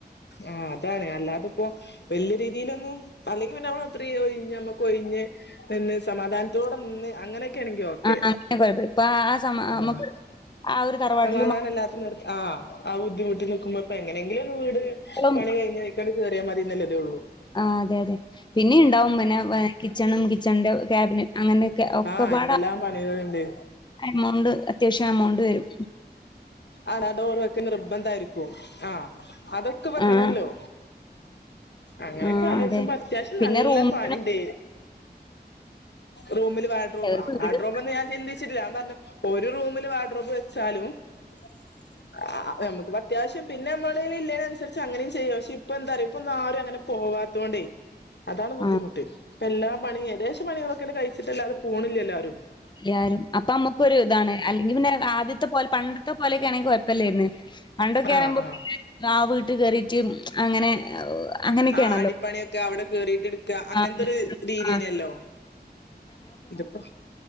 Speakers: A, on the left (about 80°); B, on the left (about 25°).
A: ആഹ് അതാണ് അല്ലാതെ ഇപ്പോ വല്യെ രീതിയിലൊന്നും അല്ലെങ്കി പിന്നെ നമ്മള് അത്രയും ഓയി ഞ് ഞമ്മക്ക് ഒഴിഞ്ഞ് നിന്ന് സമാധാനത്തോടെ നിന്ന് അങ്ങനെയൊക്കെയാണെങ്കി ഓക്കെ
B: ആഹ് അങ്ങനെ കുഴപ്പമില്ല ഇപ്പൊ ആ സമ
A: ആഹ്
B: നമുക്ക് ആ ഒരു തറവാട്ടിലും
A: സമാധാനല്ലാത്ത നിർ ആഹ് ആഹ് ബുദ്ധിമുട്ട് നിക്കുമ്പോ ഇപ്പ എങ്ങനെങ്കിലൊന്ന് വീട്
B: ഉം
A: പണി കഴിഞ്ഞ് അയ്ക്കാണ്ട് കേറിയാ മതീന്ന്ല്ലതേ ഒള്ളൂ
B: ആഹ് അതെ അതെ പിന്നെയും ഉണ്ടാവും മെന്നെ വെ കിച്ചണും കിച്ചൺന്റെ ക്യാബിന് അങ്ങനെയൊക്കെ ഒക്കെപ്പാടെ
A: ആഹ് എന്തെല്ലാം പണികളുണ്ട്
B: എമൗണ്ട് അത്യാവശ്യം എമൗണ്ട് വരും
A: ആടാ ഡോറ് വെക്കൽ നിർബന്ധായിരിക്കും ആഹ് അതൊക്കെ വെക്കണല്ലോ
B: ആഹ്
A: അങ്ങനെയൊക്കെ
B: ആഹ്
A: ആലോചിച്ചമ്പം
B: അതെ
A: അത്യാവശ്യം
B: പിന്നെ
A: നല്ല
B: റൂമിനും
A: പണിണ്ട് റൂമില് വാൽഡ്രോബ്
B: ഒരു
A: ആഹ് വാഡ്രോബൊന്നും
B: വീട്
A: ഞാൻ ചിന്തിച്ചിട്ടില്ലാ ഞാൻ പറഞ്ഞ് ഒരു റൂമില് വാഡ്രോബ് വെച്ചാ ആഹ് ആഹ് ഞമ്മക്ക് വെ അത്യാവശ്യം പിന്നെ നമ്മള് ഇല്ലേനൻസരിച്ച് അങ്ങനെയും ചെയ്യാ പക്ഷെ ഇപ്പെന്താറിയൊ ഇപ്പ ഒന്നും ആരും അങ്ങനെ പോവാത്തോണ്ടേ അതാണ് ബുദ്ധിമുട്ട്
B: ആഹ്
A: ഇപ്പ എല്ലാ പണിം ഏകദേശ പണികളൊക്കങ്ങട്ട് കഴിച്ചിട്ട് അല്ലാതെ പോണില്ല്യല്ലോ ആരും
B: ല്ല്യാരും അപ്പൊ അമ്മക്കൊരു ഇതാണ് അല്ലെങ്കി പിന്നെ ആദ്യത്തെ പോലെ പണ്ടത്തെ പോലെയൊക്കെ ആണെങ്കി കൊഴപ്പല്ലേര്ന്ന് പണ്ടൊക്കേറിമ്പോ
A: ആഹ് ആഹ്
B: പിന്നെ ആഹ് വീട്ട് കേറീറ്റ് അങ്ങനെ അങ്ങനെയൊക്കെയാണല്ലോ.
A: ആഹ് അടിപ്പണിയൊക്കെ അവിടെ കേറീട്ട്ട് ക്ക അങ്ങൻത്തൊരു
B: ആഹ്
A: രീതേയ്നല്ലോ
B: ആഹ്
A: ഇതിപ്പോ